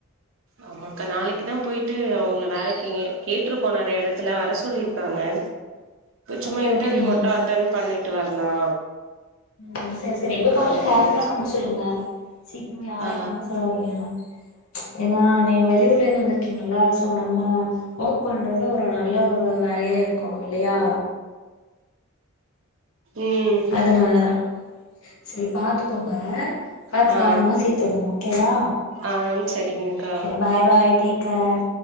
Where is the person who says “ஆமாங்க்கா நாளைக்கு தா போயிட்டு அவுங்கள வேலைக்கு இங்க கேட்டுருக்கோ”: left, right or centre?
Right